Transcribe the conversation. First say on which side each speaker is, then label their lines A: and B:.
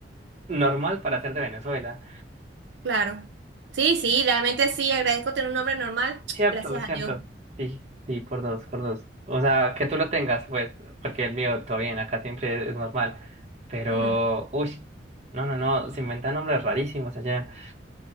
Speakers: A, on the right; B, on the right.
A: normal para ser de Venezuela.
B: Claro. Sí, sí, realmente sí, agradezco tener un nombre normal. <tsk>
A: Cierto,
B: Gracias
A: cierto.
B: a Dios.
A: Sí, sí, por dos, por dos. O sea, que tú lo tengas, pues, porque el mío todo bien, acá siempre es normal. Pero,
B: Ujú.
A: uy, no, no, no, se inventan nombres rarísimos allá.